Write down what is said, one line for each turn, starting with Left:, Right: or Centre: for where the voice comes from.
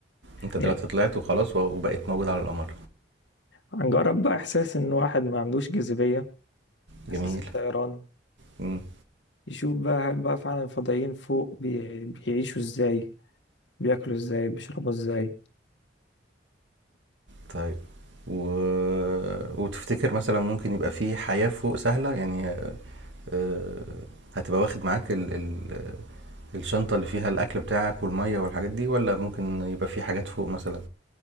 Right: انت دلوقتي
Left: يعني
Right: طلعت وخلاص و- وبقيت موجود على القمر
Left: هنجرب بقى احساس ان واحد ما عندوش جاذبيه
Right: جميل
Left: إحساس الطيران
Right: امم
Left: يشوف بقى هل بقى فعلا الفضائيين فوق بي... بيعيشوا إزاي بياكلوا إزاي بيشربوا إزاي
Right: طيب و... وتفتكر مثلا ممكن يبقى في حياة فوق سهلة يعني آه، آه، هتبقى واخد معاك ال... ال... الشنطة اللي فيها الأكل بتاعك والمية والحاجات دي ولا ممكن يبقى في حاجات فوق مثلا